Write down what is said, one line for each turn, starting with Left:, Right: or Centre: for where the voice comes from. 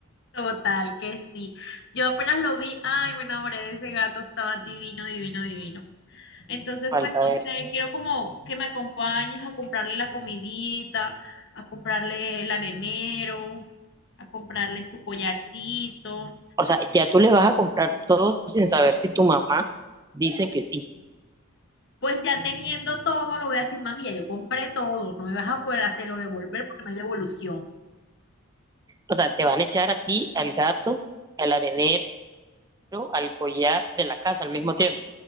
Left: Total, que sí. Yo apenas lo vi, ay, me enamoré de ese gato, estaba divino, divino, divino. Entonces,
Right: Falta
Left: pues,
Right: ver.
Left: no sé, quiero como que me acompañes a comprarle la comidita, a comprarle el arenero, a comprarle su collarcito.
Right: O sea, ya tú le vas a comprar todo sin saber si tu mamá dice que sí.
Left: Pues ya teniendo todo, lo voy a decir, mami, ya yo compré todo, no me vas a poder hacerlo devolver porque no hay devolución.
Right: O sea, te van a echar a ti, al gato, al arenero, al collar de la casa al mismo tiempo.